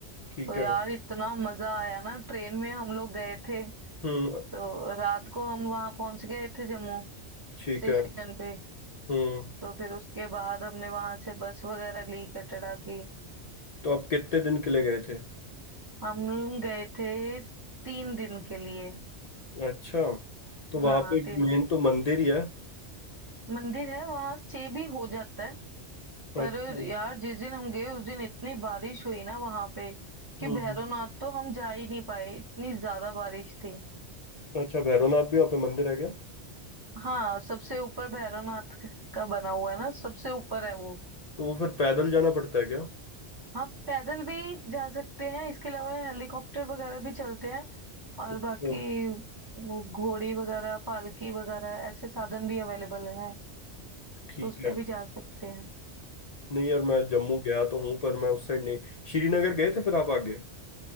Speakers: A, on the right (about 25°); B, on the left (about 55°).
A: तो
B: ठीक
A: यार
B: है
A: इतना मजा आया ना ट्रेन में हम लोग गए थे
B: हम्म
A: तो रात को हम वहां पहुंच गए थे जम्मू
B: ठीक
A: स्टेशन
B: है
A: पे
B: हम्म
A: तो फिर उसके बाद हमने वहां से बस वगैरह ली कटरा की
B: तो आप कितने दिन के लिए गए थे
A: हम गए थे तीन दिन के लिए
B: अच्छा तो वहां
A: हाँ
B: पे
A: तीन
B: मेन
A: दिन
B: तो मंदिर ही है
A: मंदिर है वहां स्टे भी हो जाता है
B: अच्छा
A: पर यार जिस दिन हम गए उस दिन इतनी बारिश हुई ना वहां पे कि
B: हम्म
A: भैरवनाथ तो हम जा ही नहीं पाए इतनी ज्यादा बारिश थी
B: अच्छा भैरवनाथ भी वहाँ पे मंदिर है क्या
A: हाँ सबसे ऊपर भैरवनाथ क- का बना हुआ है ना सबसे ऊपर है वो
B: तो वो फिर पैदल जाना पड़ता है क्या
A: हाँ पैदल भी जा सकते हैं इसके अलावा हेलीकॉप्टर वगैरह भी चलते हैं और
B: अच्छा
A: बाकी वो घोड़ी वगैरह पालकी वगैरह ऐसे साधन भी अवेलेबल हैं
B: ठीक
A: तो उस पे
B: है
A: भी जा सकते हैं
B: नहीं यार मैं जम्मू गया तो हूँ पर मैं उस साइड नहीं श्रीनगर गए थे फिर आप आगे